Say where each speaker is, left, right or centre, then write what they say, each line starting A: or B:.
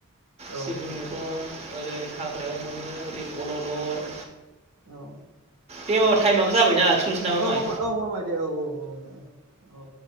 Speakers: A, on the right; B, on the right.
A: औ
B: सिब्रु मैगं ओरै हाग्रायाव मोनो ओरै अलदर
A: औ
B: दे मामा थाइमाबो जाबायना लाखिथ'नोसै नामा
A: औ
B: माय
A: मामा औ मामाय दे औ औ औ दे औ